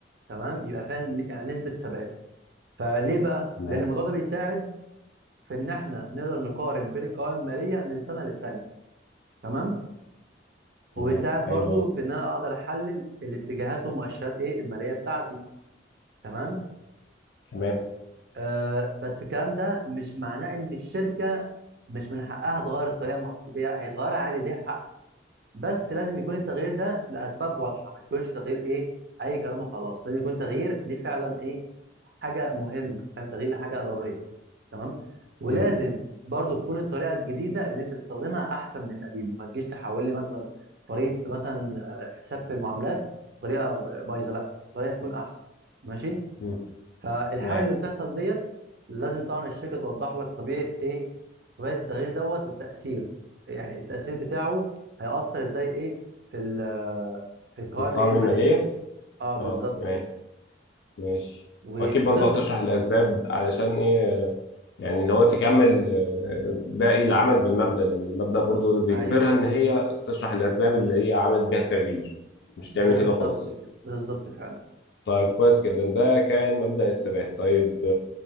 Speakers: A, on the right (about 60°); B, on the left (about 65°).
A: تمام يبقى فيها ن- يعني نسبه ثبات فليه بقى؟
B: تمام
A: لان الموضوع ده بيساعد في ان احنا نقدر نقارن بين القوائم الماليه من سنه للتانيه تمام
B: تمام
A: وبيساعد
B: حلو
A: برضو
B: قوي
A: في ان انا اقدر احلل الاتجاهات ومؤشرات ايه الماليه بتاعتي تمام
B: تمام
A: آه بس الكلام ده مش معناه ان الشركه مش من حقها تغير الطريقه المحاسبيه هيتغير عادي ليها حق بس لازم يكون التغيير ده لاسباب واضحه ما يكونش تغيير ايه اي كلام وخلاص لازم يكون تغيير ليه فعلا ايه حاجه مهمه فاهم تغيير لحاجه ضروريه تمام ولازم
B: مم.
A: برضو تكون الطريقه الجديده اللي انت بتستخدمها احسن من القديمه ما تجيش تحول لي مثلا طريقه مثلا آه، حساب في المعاملات طريقه بايظه لا طريقه تكون احسن ماشي
B: مم.
A: فالحاله
B: تمام
A: اللي بتحصل ديت لازم طبعا الشركه توضح لك طبيعه ايه طبيعه التغيير دوت والتاثير يعني التاثير بتاعه هيأثر ازاي ايه في ال في القوائم
B: القوائم
A: ايه الماليه
B: الماليه
A: اه بالظبط
B: اه تمام
A: كده
B: ماشي
A: وتشرح
B: واكيد برضه هتشرح الاسباب علشان ايه يعني اللي هو تكمل آه، باقي العمل بالمبدأ لان المبدأ برضه اللي بيجبرها
A: ايوه
B: ان هي تشرح الاسباب اللي هي عملت بيها التغيير مش تعمل
A: بالظبط
B: كده وخلاص
A: كده بالظبط فعلا
B: طيب كويس جدا ده كان مبدأ الثبات طيب